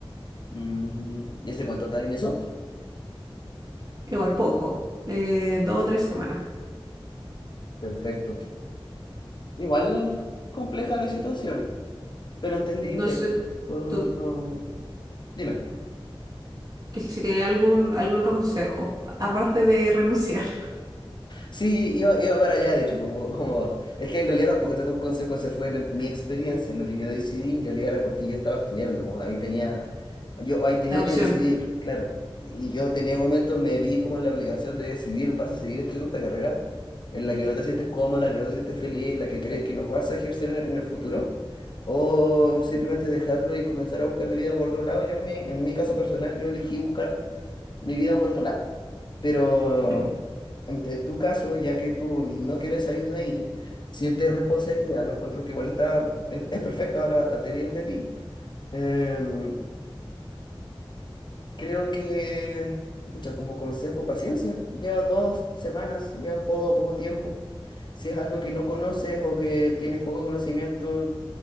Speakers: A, on the left; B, on the right.
A: Mm, ¿y ese cuánto está en eso?
B: Igual poco, eh, dos o tres semanas.
A: Perfecto. Igual compleja la situación. pero entendible.
B: No sé,
A: Uno
B: tú,
A: no, no- Dime.
B: que si tenía algún, algún otro consejo, aparte de renunciar.
A: Sí, iba, iba para allá, de hecho, como, como... Es que en realidad tampoco esa fue consecuencia, fue la- mi experiencia. Lo que yo decidí en realidad era porque yo estaba estudiando. como Ahí tenía... Yo ahí tenía
B: <laughs> La opción.
A: que decidir, claro. Y yo tenía momentos, me vi como en la obligación de decidir, ¿vas a seguir estudiando esta carrera? En la que no te sientes cómodo, en la que no te sientes feliz, en la que crees que no vas a ejercer en en el futuro. o simplemente dejarlo y comenzar a buscarle vida por otro lado. Yo en mi, en mi caso personal, yo elegí buscar mi vida por otro lado. Pero
B: Tipo,
A: en, en tu caso, ya que tú no quieres salir de ahí, sientes responsabilidad, lo encuentro que igual está, es, es perfecto, habla bastante bien de ti. Em, Creo que, pucha, como consejo, paciencia. Llevas dos semanas, llevas poco, poco tiempo. Si es algo que no conoces o que tienes poco conocimiento,